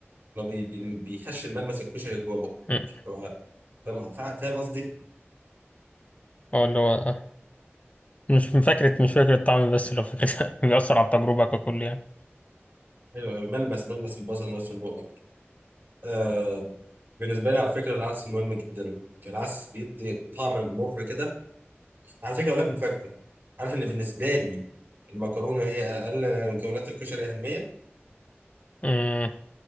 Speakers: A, on the right; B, on the left.
A: لو بي- بيخشن ملمس الكشري جوه بقه
B: مم.
A: هو فاهم فا- فاهم قصدي؟
B: اه اللي هو مش من فكرة مش فاكر الطعم بس لو فكرة <laughs> بيأثر على التجربة ككل يعني
A: أيوة، أيوه، ملمس ملمس البصل نفسه بقه آه بالنسبة لي على فكرة العدس مهم جدا العدس بيدي طعم مر كده على فكرة أقول لك مفاجأة عارف إن بالنسبة لي المكرونة هي أقل مكونات الكشري أهمية
B: مم.